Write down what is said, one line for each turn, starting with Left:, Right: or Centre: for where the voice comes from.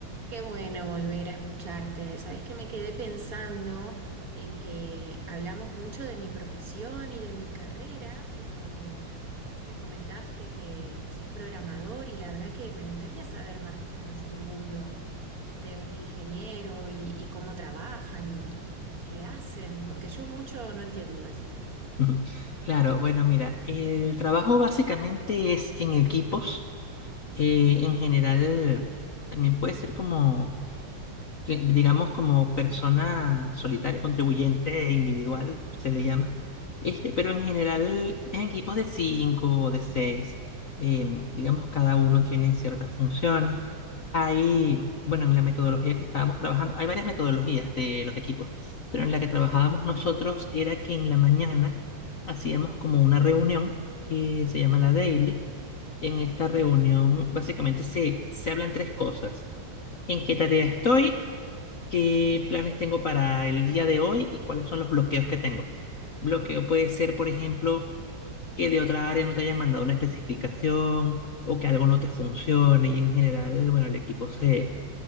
Right: Qué bueno volver a escucharte. Sabes que me quedé pensando en que hablamos mucho de mi profesión y de mi carrera, pero vos me comentaste que, que sos programador y la verdad que me gustaría saber más cómo es el mundo de un ingeniero y, y cómo trabajan y, y qué hacen, porque yo mucho no entiendo de eso.
Left: Ujú. Claro, bueno, mira, el trabajo básicamente es en equipos. eh, en general, también puede ser como que digamos, como persona solitaria, contribuyente e individual, se le llama. Este, pero en general, en equipos de cinco, de seis, em, digamos, cada uno tiene ciertas funciones. Hay, bueno, en la metodología que estábamos trabajando, hay varias metodologías de los equipos, pero en la que trabajábamos nosotros era que en la mañana hacíamos como una reunión que se llama la daily. En esta reunión básicamente se, se hablan tres cosas. ¿En qué tarea estoy? qué planes tengo para el día de hoy y cuáles son los bloqueos que tengo. Bloqueo puede ser, por ejemplo, que de otra área no te hayan mandado una especificación o que algo no te funcione y en general, bueno, el equipo se,